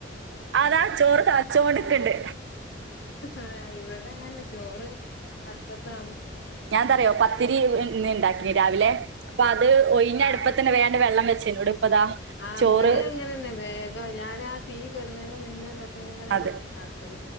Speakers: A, on the right (about 65°); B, on the left (about 65°).
A: അതാ ചോറ് തള ച്ചോണ്ട്ക്ക്ണ്ട്
B: ആഹ് ഇവിടെങ്ങനെ ചോറ് അട്പ്പത്താണ്
A: ഞാന്തറിയാ പത്തിരി ഇ ന്ന്ണ്ടാക്കി രാവിലെ അപ്പൊ അത് ഒഴിഞ്ഞ
B: ആഹ്
A: അടുപ്പത്തന്നെ വേണ്ട് വെള്ളം വെച്ചേനു ഇവടെ ഇപ്പതാ
B: ആ
A: ചോറ്
B: ബടി അങ്ങനെന്നെ വേ ഞാനാ തീ കെട്ണേൻ്റെ മുന്നെന്നൊക്കെങ്ങനട്
A: അത്
B: ആക്കല